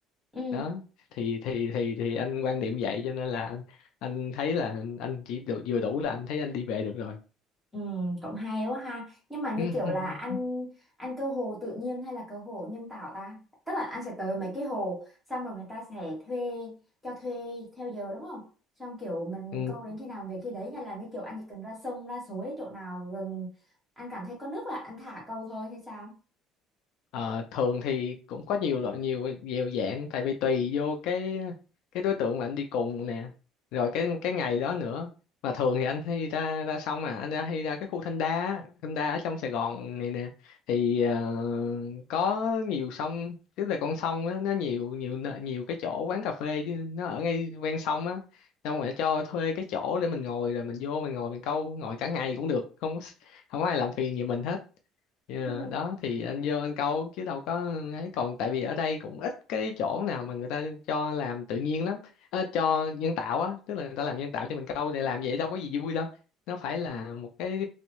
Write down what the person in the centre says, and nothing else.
Ừ.
Ừ, cũng hay quá ha. Nhưng mà như
kiểu là anh anh câu hồ tự nhiên hay là câu hồ nhân tạo ta? Tức là anh sẽ tới mấy cái hồ xong rồi người ta sẽ thuê cho thuê theo giờ đúng không? Xong kiểu mình
câu đến khi nào về khi đấy hay là như kiểu anh chỉ cần ra sông ra suối chỗ nào rừng anh cảm thấy có nước là anh thả câu thôi hay sao?
Ừ.